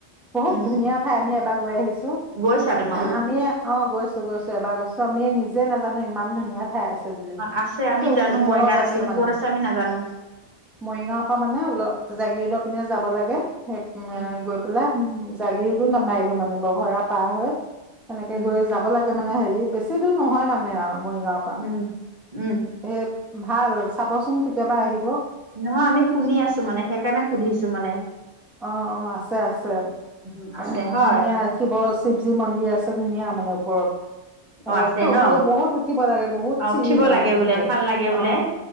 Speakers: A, in the centre; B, on the right.
A: বহুত
B: উম
A: ধুনীয়া ঠাই আমি এবাৰ গৈ আহিছো।
B: গৈছা তুমি?
A: আমিয়ে অ গৈছো গৈছো এবাৰ গৈছো আমি নিজে নাজানো ধুনীয়া ঠা ঠাই আছে বুলি
B: অ আছে
A: একে
B: আমি
A: ওপৰত
B: জানো মৰিগাঁৱত
A: আছে
B: কিন্তু
A: মানে।
B: ক'ত আমি নাজানো
A: মৰিগাঁৱৰ পৰা মানে অলপ জাগীৰোডৰ পিনে যাব লাগে। সেই
B: উম
A: গৈ পেলাই জাগীৰোডো
B: উম
A: নাপায়গৈ মানে বঘৰা পাৰ হৈ তেনেকে
B: উম
A: গৈ যাব লাগে মানে হেৰি বেছি দূৰ নহয় মানে আউ মৰিগাঁৱত
B: উম উম
A: এ ভাল চাবচোন কেতিয়াবা আহিব।
B: নহয় আমি সুনি আছো মানে সেইকাৰণে সুধিছো মানে।
A: অ', অ' আছে আছে
B: উম আছে
A: উ
B: হয়
A: ধুনীয়া শিৱ শিৱজী মন্দিৰ আছে ধুনীয়া মানে ওপৰত
B: অ
A: এ
B: আছে
A: ওপৰলৈ
B: ন
A: বহুত উঠিব লাগে। বহুত
B: অ'
A: চিৰি
B: উঠিব
A: মানে
B: লাগে
A: একেবাৰে
B: বোলে ভাল লাগে বোলে।
A: অ